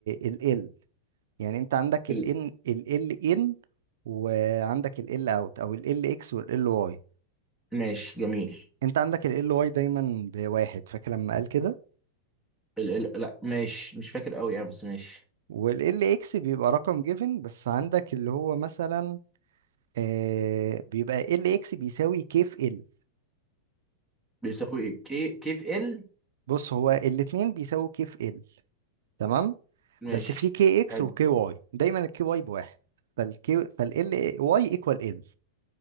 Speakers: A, on the right (about 75°); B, in the centre.
A: ال ال يعني انت عندك
B: ال-
A: ال ان ال ال ان وعندك ال ال اوت او ال ال اكس وال ال واي
B: ماشي جميل
A: انت عندك ال ال واي دايما بواحد فاكر لما قال كده
B: ال... ال... لا ماشي مش فاكر قوي يعني بس ماشي
A: وال ال اكس بيبقى رقم جيفن بس عندك اللي هو مثلا آه بيبقى ال اكس بيساوي كيف ال
B: بيساوي كي كيف ال
A: بص هو الاتنين بيساوي كيف ال تمام
B: ماشي
A: بس في كي اكس
B: حلو
A: وكي واي دايما الكي واي بواحد فالكي فال واي ايكوال ال